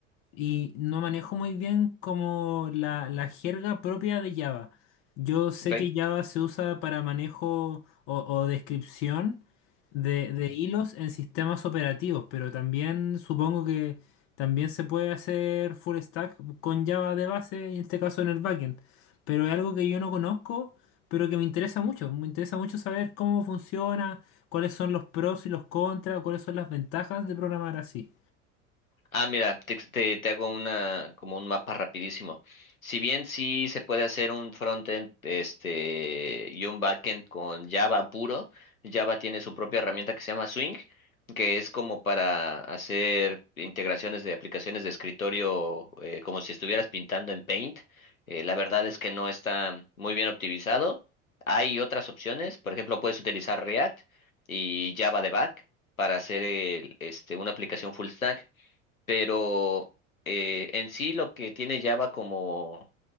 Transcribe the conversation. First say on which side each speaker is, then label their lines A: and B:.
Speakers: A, on the left; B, on the left.
A: y no manejo muy bien como la, la jerga propia de Java. Yo sé
B: Ok.
A: que Java se usa para manejo o, o descripción de, de hilos en sistemas operativos, pero también supongo que también se puede hacer full stack con Java de base, y en este caso en el backend. Pero es algo que yo no conozco, pero que me interesa mucho. Me interesa mucho saber cómo funciona, cuáles son los pros y los contras, cuáles son las ventajas de programar así.
B: Ah, mira, te, te, te hago una como un mapa rapidísimo. Si bien sí se puede hacer un frontend este y un backend con Java puro, Java tiene su propia herramienta que se llama Swing, que es como para hacer integraciones de aplicaciones de escritorio eh, como si estuvieras pintando en Paint. Eh, la verdad es que no está muy bien optimizado. Hay otras opciones, por ejemplo, puedes utilizar React y Java de back para hacer el- este, una aplicación full stack pero eh, en sí lo que tiene Java como